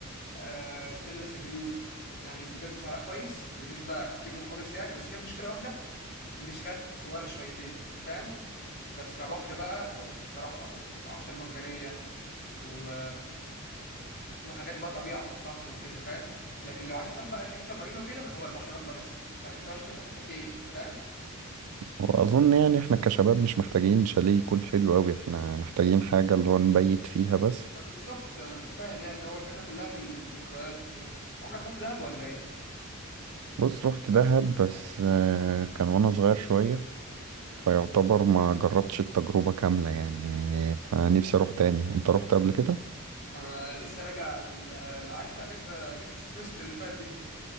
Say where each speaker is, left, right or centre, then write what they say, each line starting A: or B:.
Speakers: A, on the left (about 45°); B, on the right (about 75°).
A: أه ستيلا سيفيو يعني بجد سعرها كويس بالنسبة كم مقابل سعر بس فيها مشكلة واحدة النشرات صغيرة شويتين فاهم بس كبحر بقى تحفة الصراحة و- وأعشاب مرجانية و... وحاجات بقى طبيعة وصخر وكده فاهم لكن لو عايز تروح بقى الحتة مارينا وكده هو البحر رملة بس فأنت بقى شوف أنت بتحب إيه فاهم
B: هو أظن يعني إحنا كشباب مش محتاجين شاليه يكون حلو أوي إحنا محتاجين حاجة اللي هو نبيت فيها بس
A: ما بالظبط أنت فاهم يعني هو الفكرة كلها في الذكريات وكده عمرك رحت دهب ولا إيه؟
B: بص رحت دهب بس آه، كان وأنا صغير شوية فيعتبر ما جربتش التجربة كاملة يعني فنفسي أروح تاني أنت رحت قبل كده؟
A: أنا لسه راجع ال- عارف في أجازة أجازة السمستر اللي فات دي